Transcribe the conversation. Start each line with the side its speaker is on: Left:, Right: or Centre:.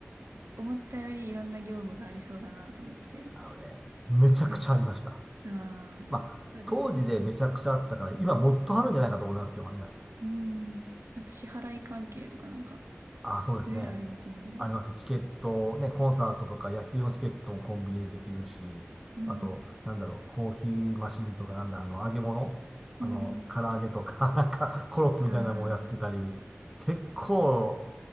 Right: 思ったよりいろんな業務がありそうだなと思って。
Centre: あのね、めちゃくちゃありました。
Right: はい。ああ、
Centre: まあ、
Right: そうですよね。
Centre: 当時でめちゃくちゃあったから、今もっとあるんじゃないかと思いますけどね。
Right: うん。なんか支払い関係とかなんか、
Centre: ああ、そうですね。
Right: いろいろありますもんね。
Centre: あります。チケット、ね、コンサートとか野球のチケットもコンビニでできるし、
Right: うん。
Centre: あと、なんだろう、コーヒーマシンとか、なんだ、あの、揚げ物、あの、
Right: うん。
Centre: 唐揚げとか、<laughs> なんか、コロッケみたいなのもやってたり、
Right: あ
Centre: 結構、